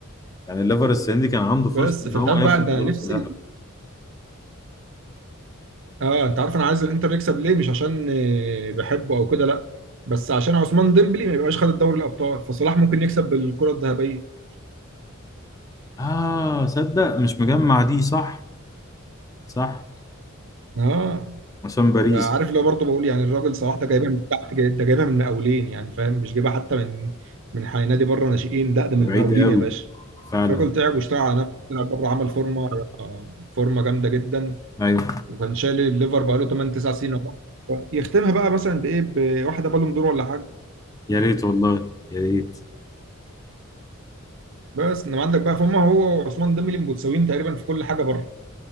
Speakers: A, on the left; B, on the right.
A: يعني الليفر السنه دي كان عنده
B: بس
A: فرصه ان
B: فانت
A: هو
B: عارف
A: ياخد
B: بقى انت نفسي
A: بطوله الهدف
B: اه انت عارف انا عايز الانتر يكسب ليه مش عشان آه، بحبه او كده لا بس عشان عثمان ديمبلي ما يبقاش خد الدوري الابطال فصلاح ممكن يكسب بالكره الذهبيه
A: اه صدق مش مجمع دي صح صح
B: اه
A: عشان باريس
B: عارف اللي هو برضه بقول يعني الراجل صلاح ده جايبها من تحت جاي- ده جايبها من المقاولين يعني فاهم مش جايبها حتى من من حي- نادي بره ناشئين ده ده من
A: بعيد
B: المقاولين
A: قوي
B: يا باشا
A: فعلا
B: الراجل تعب واشتغل على نفسه طلع بره عمل فورمه فورمه جامده جدا
A: ايوه
B: وكان شايل الليفر بقى له 8 9 سنين اهو يختمها بقى مثلا بايه بواحده بالون دور ولا حاجه
A: يا ريت والله يا ريت
B: بس انما عندك بقى فهم هو وعثمان ديمبلي متساويين تقريبا في كل حاجه بره